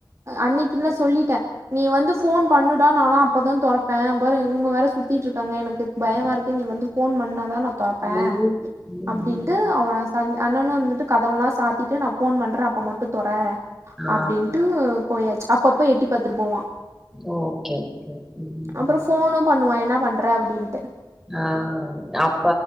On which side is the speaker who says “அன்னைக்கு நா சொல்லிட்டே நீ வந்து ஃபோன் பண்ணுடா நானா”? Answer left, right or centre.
Right